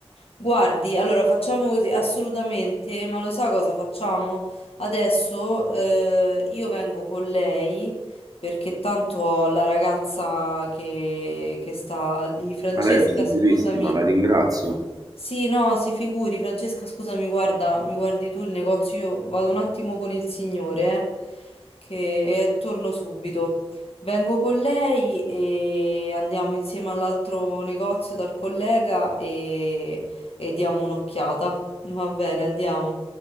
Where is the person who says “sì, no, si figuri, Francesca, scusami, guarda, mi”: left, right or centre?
Left